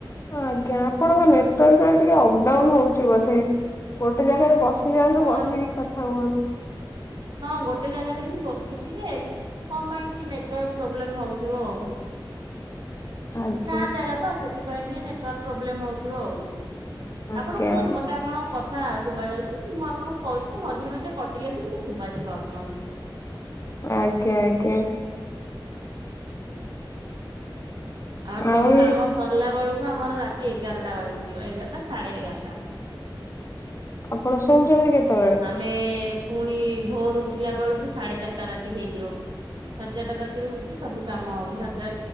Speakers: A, on the left; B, on the right.
A: ଆଜ୍ଞା ଆପଣଙ୍କ ନେଟାୱାର୍କ ଟିକେ ଅପ୍ ଡାଉନ୍ ହଉଛି ବୋଧେ ଗୋଟେ ଜାଗାରେ ବସି ଗୋଟେ ଯାଗାରେ
B: ହଁ।
A: ବସିକି କଥା ହୁଅନ୍ତୁ ବସିକି କଥା ହୁଅନ୍ତୁ।
B: ହଁ ଗୋଟେ ଜାଗାରେ ହି ବସିଛି ଯେ କଣ ପାଇଁ ଟିକେ ନେଟୱାର୍କ ପ୍ରୋବ୍ଲେମ ହଉଥିବ ଆଉ।
A: ଆଜ୍ଞା।
B: ଏ ଗାଁ ଜାଗା ତ ସେଥିପାଇଁ ଟିକେ ନେଟୱାର୍କ ପ୍ରୋବ୍ଲେମ ହଉଥିବ ଆଉ
A: ଆଜ୍ଞା
B: ଆପଣ କୁହନ୍ତୁ ମତେ ତା ଆପଣଙ୍କ କଥା ଶୁଭା ଯାଉଛି। ମୁଁ ଆପଣଙ୍କୁ କହୁଛି ମଝିରେ ମଝିରେ କଟିଲେ ବି ସେ ଶୁଭାଯିବ ଆପଣଙ୍କୁ।
A: ଆଜ୍ଞା ଆଜ୍ଞା।
B: ଆମର ସବୁ
A: ଆଉ
B: କାମ ସରିଲା ବେଳକୁ ଆମର ରାତି ଏଗାରଟା ବାଜିଯିବ ଏଗାରଟା ସାଢେ ଏଗାରଟା।
A: ଆପଣ ଶୋଉଚନ୍ତି କେତେବେଳେ?
B: ଆମେ ପୁଣି ଭୋରୁ ଉଠିଲା ବେଳକୁ ସାଢେ ଚାରିଟା ରାତି ହେଇଯିବ। ସାଢେ ଚାରିଟା ରାତିରୁ ଉଠି ସବୁ କାମ ହବ ସାଢେ